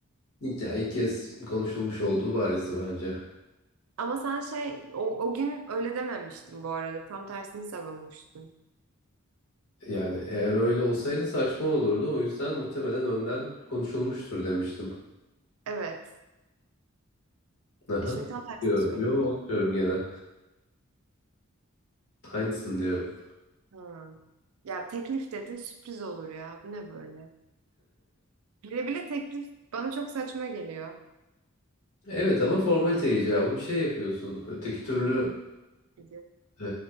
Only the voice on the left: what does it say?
İlk, yani ilk kez konuşulmuş olduğu barizdi bence.
Yani eğer öyle olsaydı saçma olurdu. O yüzden muhtemelen önden konuşulmuştur demiştim.
Aha,
onu
diyorum.
Yo, onu diyorum gene. Aynısını diyorum.
Evet ama formalite icabı bir şey yapıyorsun. Öteki türlü
e,